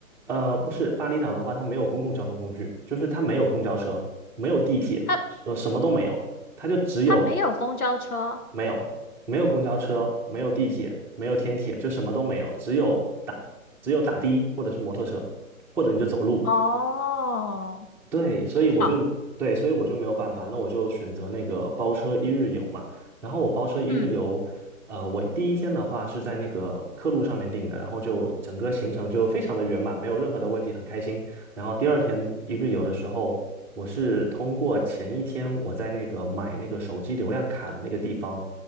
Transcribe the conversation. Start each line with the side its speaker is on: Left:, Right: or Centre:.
Centre: 呃，不是，巴厘岛的话，它没有公共交通工具，就是它没有公交车，没有地铁，
Left: 他
Centre: 呃，什么都没有，它就只有
Left: 他没有公交车
Centre: 没有没有公交车，没有地铁，没有天铁，就什么都没有，只有打只有打的或者是摩托车，或者你就走路。
Left: 哦。
Centre: 对，所以我就对，
Left: 好，
Centre: 所以我就没有办法，那我就选择那个包车一日游嘛。然后我包车一日游，
Left: 嗯
Centre: 呃，我第一天的话是在那个客路上面订的，然后就整个行程就非常的圆满，没有任何的问题，很开心。然后第二天一日游的时候，我是通过前一天我在那个买那个手机流量卡的那个地方，